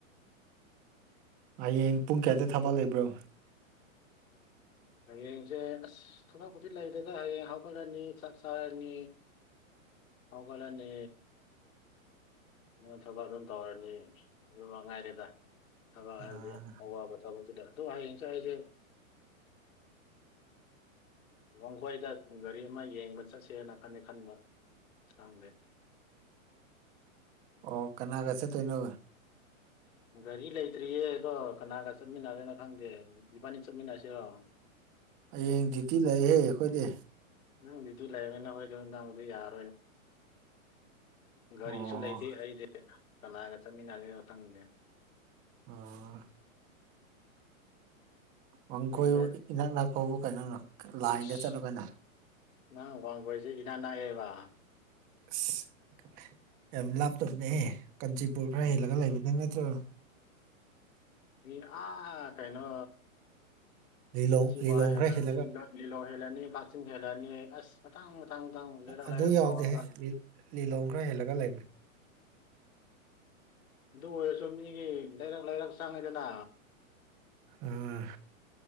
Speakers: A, on the right (about 20°); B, on the left (about 75°).
A: ꯍꯌꯦꯡ ꯄꯨꯡ ꯀꯌꯥꯗ ꯊꯕ ꯂꯩꯕ꯭ꯔꯣ
B: ꯍꯌꯦꯡꯁꯦ ꯑꯁ ꯊꯕꯛꯄꯗꯤ ꯂꯩꯗꯗ ꯍꯌꯦꯡ ꯍꯧꯒꯠꯂꯅꯤ ꯆꯥꯛ ꯆꯥꯔꯅꯤ ꯍꯒꯣꯂꯅꯦ ꯅꯪ ꯊꯕꯛ ꯑꯗꯨꯝ ꯇꯧꯔꯅꯤ ꯑꯗꯨ ꯃ ꯉꯥꯏꯔꯦꯗ ꯊꯕꯥꯛ ꯍꯥꯏꯕꯗꯤ
A: ꯑꯥ
B: ꯑꯋꯥꯕ ꯊꯕꯛꯇꯨꯗ ꯑꯗꯨ ꯍꯌꯦꯡ ꯆꯦ ꯑꯩꯁꯦ ꯋꯥꯡꯈꯣꯏꯗ ꯒꯥꯔꯤ ꯑꯃ ꯌꯦꯡꯕ ꯆꯠꯁꯦ ꯍꯥꯏꯅ ꯈꯅꯤꯦ ꯈꯟꯕ ꯊꯥꯡꯗꯦ
A: ꯑꯣ ꯀꯅꯥ ꯀꯁꯦ ꯇꯣꯏꯅꯨ
B: ꯒꯥꯔꯤ ꯂꯩꯇ꯭ꯔꯤꯌꯦ ꯑꯗꯣ ꯀꯅꯥꯒ ꯆꯠꯃꯤꯟꯅꯗꯦꯅꯣ ꯈꯪꯗꯦ ꯏꯄꯥꯅꯤ ꯆꯠꯃꯤꯟꯅꯁꯤꯔꯣ
A: ꯍꯌꯦꯡ ꯇꯤ ꯂꯩꯍꯦ ꯑꯩꯈꯣꯏꯗꯤ
B: ꯅꯪꯗꯤ ꯑꯗꯨ ꯂꯩꯔꯅꯤ ꯅꯈꯣꯏꯗ ꯅꯪꯗꯤ ꯌꯥꯔꯣꯏꯅꯦ ꯒꯥꯔꯤꯁꯨ
A: ꯑꯣ
B: ꯂꯩꯇꯦ ꯑꯩꯗꯤ ꯀꯅꯥꯒ ꯆꯠꯃꯤꯟꯅꯒꯦ ꯃꯊꯪꯅꯦꯦ
A: ꯑ ꯋꯥꯡꯈꯣꯏꯕꯨ
B: ꯍꯌꯦꯡꯁꯦ
A: ꯏꯅꯥꯛ ꯅꯛꯄꯥꯎꯕꯨ ꯀꯩꯅꯣꯅ ꯂꯥꯏꯟꯗ
B: ꯏꯁ
A: ꯆꯠꯂꯒꯩꯅ
B: ꯅꯪ ꯀꯣꯟ ꯀꯣꯏꯁꯦ ꯏꯅꯥꯅꯥꯑꯌꯦꯕ
A: ꯑꯁ ꯌꯥꯝ ꯂꯥꯞꯇꯕꯅꯦꯍꯦ ꯀꯥꯟꯆꯤꯄꯨꯔ ꯈꯔ ꯍꯦꯜꯂꯒ ꯂꯩꯕꯗ ꯅꯠꯇ <unintelligible>
B: ꯃꯤꯁ ꯑꯥ ꯀꯩꯅꯩꯅꯣ
A: ꯂꯤꯂꯣꯡ
B: ꯨꯁꯤ
A: ꯂꯤꯂꯣꯡ
B: ꯋꯥꯂꯣ
A: ꯈꯔ ꯍꯦꯜꯂꯒ
B: ꯍꯦꯂꯅꯤ ꯀꯥꯁ ꯍꯦꯂꯅꯤ ꯑꯁ ꯆ ꯇꯥꯡ ꯇꯥꯡ ꯇꯪ ꯂꯩꯔ
A: ꯑꯗꯨ
B: ꯂꯩꯔ
A: ꯌꯥꯎꯗꯦꯍꯦ
B: ꯐꯒ
A: ꯂꯤꯂꯣꯡ ꯈꯔ ꯍꯦꯜꯂꯒ ꯂꯩꯕꯅꯦ
B: ꯑꯗꯨ ꯑꯣꯏꯔꯁꯨ ꯃꯤꯒꯤ ꯂꯩꯔꯛ ꯂꯩꯔꯛ ꯆꯪꯉꯤꯗꯅ
A: ꯑꯥ